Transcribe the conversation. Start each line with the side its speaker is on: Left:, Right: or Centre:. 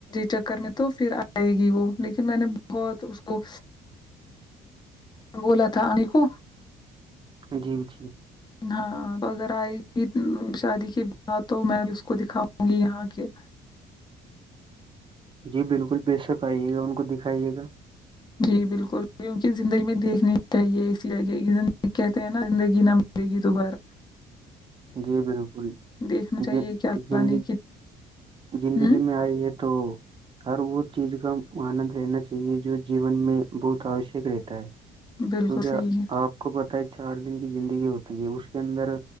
Left: چکر میں تو پھر آئے گی وہ لیکن میں نے بہت اس کو بولا تھا ان کو
Right: جی ب جی <unintelligible>
Left: ہاں تو اگر آئے گی شادی کے بعد تو میں اس کو دکھاؤں گی یہاں کے
Right: جی بالکل بے شک آئیے گا ان کو دکھائیے گا
Left: جی بالکل کیونکہ زندگی میں دیکھنی چاہیے اسی لگہ کہتے ہیں نا زندگی نہ دے گی دوبار
Right: گی بیروبور
Left: دیکھنا چاہیے
Right: گ
Left: کہ اللہ
Right: گینندی
Left: نے کی
Right: زندگی
Left: ہوں
Right: میں آئی ہے تو ہر وہ چیز کا آنند رہنا چاہیے جو جیون میں بہت آوشک رہتا ہے
Left: بالکل
Right: کیونکہ
Left: صحیح ہے
Right: آپ کو پت ہے چار دن کی زندگی ہوتی ہے اس کے اندر